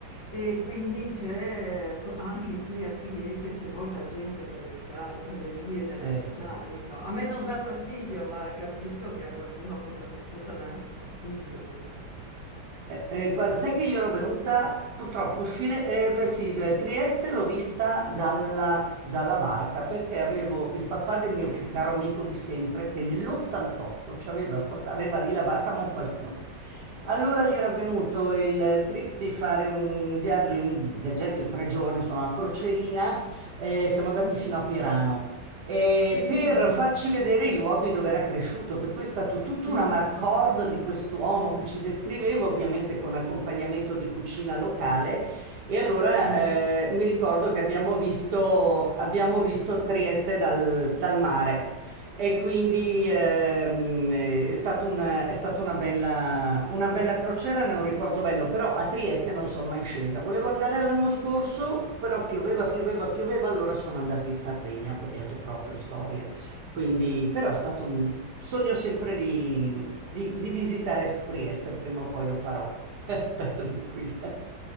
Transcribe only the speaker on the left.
e quindi c'è, co- anche qui a Trieste c'è molta gente per le strade, per le vie della
città,
ecco. A me non dà fastidio, ma capisco che a qualcuno possa, possa dar fastidio, ecco.
Mm,
mm.
Mm,
sì,
sì, sì,
sì,
eh,
sì,
sì.
Mm.